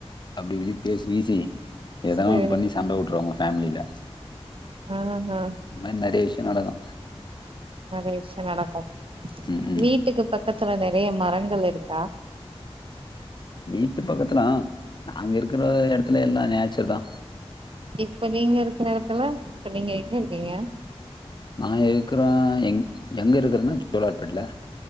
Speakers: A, on the left (about 45°); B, on the right (about 55°).
A: அப்டி இப்டி பேசி வீசி எதனா
B: சேரி
A: ஒ பண்ணி சண்டை விட்டுறவங்க ஃபேமிலில
B: ஆ ஆ
A: அந்த மாரி நெறய விஷய நடக்கு
B: நெறய விஷய நடக்கு
A: ம் ம்
B: வீட்டுக்கு பக்கத்துல நெறய மரங்கள் இருக்கா
A: வீட்டு பக்கத்துலா ஆ நாங்க இருக்கிற இடத்துல எல்லா நேச்சுரல் தா
B: இப்ப நீங்க இருக்கிற இடத்துல இப்ப நீங்க எக்க இருக்கீங்க
A: நா இருக்கிறே எங் எங்க இருக்கிறேனா ஜோலார் பேட்டையில